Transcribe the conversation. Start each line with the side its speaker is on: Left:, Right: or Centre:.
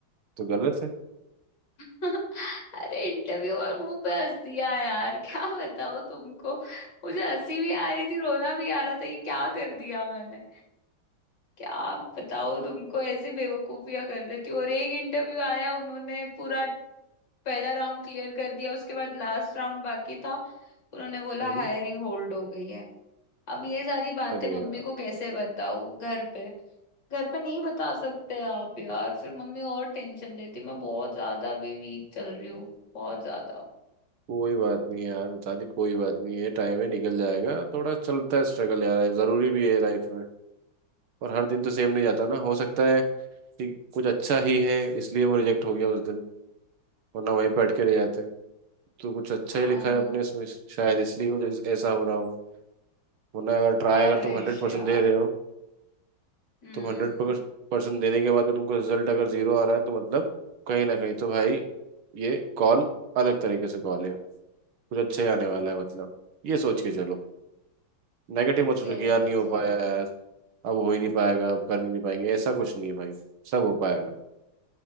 Right: तो गलत है
Left: <laughs> अरे इंटरव्यूअर मुंह पे हंस दिया यार क्या बताओ तुमको मुझे हंसी भी आ रही थी रोना भी आ रहा था ये क्या कर दिया मैंने क्या बताओ तुमको ऐसी बेवकूफियां कर देती हूँ और एक इंटरव्यू आया उन्होंने पूरा पहला राउंड क्लियर कर दिया उसके बाद लास्ट राउंड बाकी था उन्होंने बोला
Right: हम्म
Left: हायरिंग होल्ड हो गई है अब ये सारी बातें
Right: अरे
Left: मम्मी
Right: यार
Left: को कैसे बताऊं घर पे घर पे नहीं बता सकते आप यार फिर मम्मी और टेंशन लेती मैं बहुत ज्यादा भी वीक चल रही हूँ बहुत ज्यादा
Right: कोई बात नहीं यार मिताली कोई बात नहीं है टाइम है निकल जाएगा थोड़ा चलता है स्ट्रगल यार ये जरूरी भी है लाइफ में और हर दिन तो सेम नहीं जाता ना हो सकता है कि कुछ अच्छा ही है इसलिए वो रिजेक्ट हो गया उस दिन वरना वहीं पे अटके रह जाते तो कुछ अच्छा ही
Left: आई
Right: लिखा है अपने
Left: नो
Right: इसमें शायद इसलिए वो जैस- ऐसा हो रहा हो वरना अगर ट्राई
Left: आई
Right: अगर तुम
Left: विश
Right: हंड्रेड परसेंट
Left: यार
Right: दे रहे हो
Left: हम्म
Right: तुम हंड्रेड परसेंट देने के बाद भी तुमको रिजल्ट अगर जीरो आ रहा है तो मतलब कहीं ना कहीं तो भाई ये कॉल अलग तरीके से कॉल है कुछ अच्छा ही आने वाला है मतलब ये सोच के चलो नेगेटिव मत सोचो
Left: ऐसी
Right: कि यार नहीं हो
Left: सोच
Right: पाया यार अब हो ही नहीं पाएगा अब कर ही नहीं पाएंगे ऐसा कुछ नहीं है भाई सब हो पाएगा